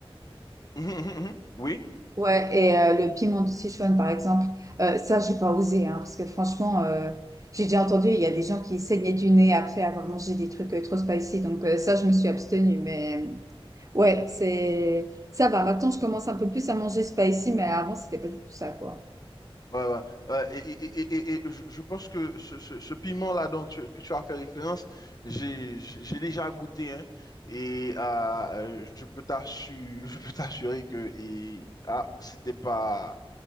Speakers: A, on the left; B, on the right.
A: mhm. Mhm, mhm, mhm. <laughs> Oui.
B: Ouais, et euh, le piment de Sichuan, par exemple, euh, ça, j'ai pas osé, hein, parce que franchement, euh, j'ai déjà entendu, il y a des gens qui saignaient du nez après avoir mangé des trucs euh, trop spicy, donc euh, ça, je me suis abstenue, mais euh, ouais, c'est ça va. Maintenant, je commence un peu plus à manger spicy, mais avant, c'était pas du tout ça, quoi.
A: Ouais, ouais. Ouais, et, et- et- et- et je je pense que ce, ce- ce piment-là dont tu, que tu as fait référence, j'ai j'ai- j'ai déjà goûté, hein, et euh, euh, je peux t'assurer, <laughs> je peux t'assurer que et, ah, c'était pas,